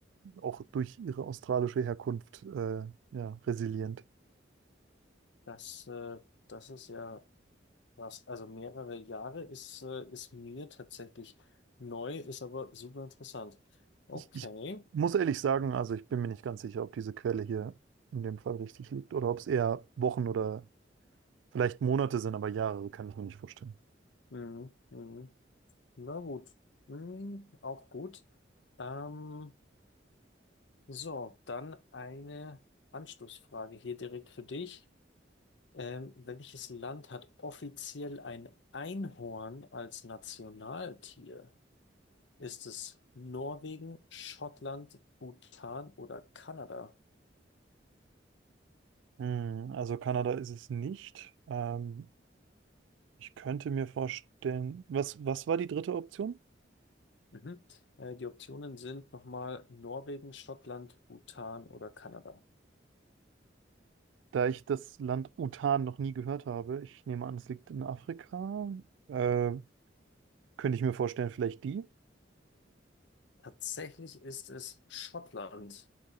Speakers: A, on the right; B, on the left.
A: auch durch ihre australische Herkunft äh, ja, resilient.
B: das, äh, das ist ja Krass, also mehrere Jahre ist, äh, ist mir tatsächlich neu, ist aber super interessant. Okay.
A: Ich, ich muss ehrlich sagen, also ich bin mir nicht ganz sicher, ob diese Quelle hier in dem Fall richtig liegt oder ob es eher Wochen oder vielleicht Monate sind, aber Jahre so kann ich mir nicht vorstellen.
B: Mhm. Mhm. Na gut. Mhm. Auch gut. Ähm, so, dann eine Anschlussfrage hier direkt für dich. Ähm, welches Land hat offiziell ein Einhorn als Nationaltier? Ist es Norwegen, Schottland, Bhutan oder Kanada?
A: Hm, also Kanada ist es nicht. Ähm, ich könnte mir vorstellen, was, was war die dritte Option?
B: Mhm. Äh, die Optionen sind nochmal Norwegen, Schottland, Bhutan oder Kanada.
A: Da ich das Land Bhutan noch nie gehört habe, ich nehme an, es liegt in Afrika, äh, könnte ich mir vorstellen, vielleicht die?
B: Tatsächlich ist es Schottland.